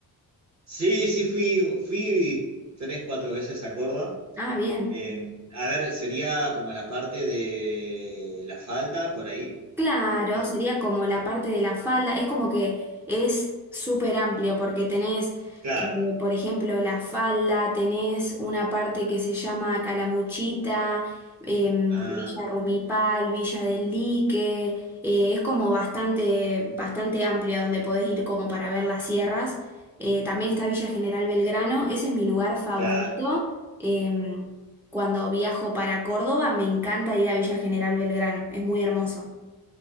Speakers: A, on the right; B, in the centre.
A: Sí, sí, fui, fui tres, cuatro veces a Córdoba.
B: Ah, bien.
A: Eh, a ver, sería como la parte de la falda por ahí.
B: Claro,
A: No,
B: sería como la
A: ah,
B: parte de la falda, es como que es súper amplio porque tenés,
A: claro.
B: eh, por ejemplo, la falda, tenés una parte que se llama Calamuchita, em,
A: Ah,
B: Villa Rumipal, Villa del Lique, eh, es como bastante, bastante amplia donde podés ir como para ver las sierras. Eh, también está Villa General Belgrano, ese es mi lugar favorito.
A: claro.
B: em, cuando viajo para Córdoba, me encanta ir a Villa General Belgrano, es muy hermoso.